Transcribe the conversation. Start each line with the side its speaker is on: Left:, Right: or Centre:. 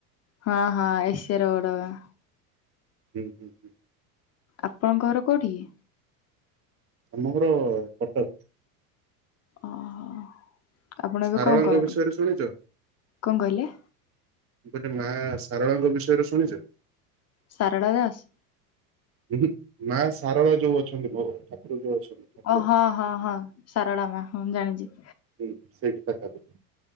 Left: ହଁ ହଁ ଏସିଆ ର ବଡ ଗାଁ।
Right: ହୁଁ ହୁଁ ହୁଁ।
Left: ଆପଣଙ୍କ ଘର କୋଉଠି କି?
Right: ଆମ ଘର କଟକ।
Left: ଓ ହୋ। ଆପଣ
Right: ସାରଳାଙ୍କ
Left: ଏବେ କଁ କରନ୍ତି?
Right: ବିଷୟରେ ଶୁଣିଛ
Left: କଁ କହିଲେ?
Right: ମୁଁ କହିଲି ମା ଶାରଳାଙ୍କ ବିଷୟରେ ଶୁଣିଚ?
Left: ସାରଳା ଦାସ।
Right: ଉହୁଁ ମା ସାରଳା ଯୋଉ ଅଛନ୍ତି ଭଗ ଠାକୁର ଯୋଉ ଅଛନ୍ତି। ଠାକୁରାଣୀ
Left: ଅ ହଁ ହଁ ହଁ ସାରଳା ମା ହଁ ଜାଣିଚି।
Right: ହୁଁ ସେଇଠି ପାଖା ପାଖି।